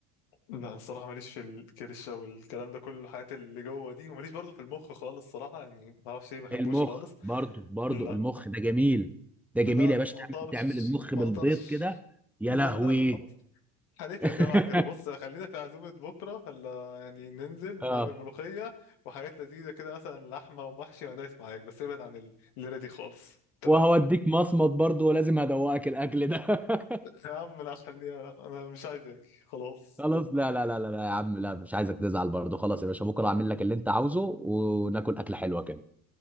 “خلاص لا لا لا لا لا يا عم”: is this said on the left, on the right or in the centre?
Centre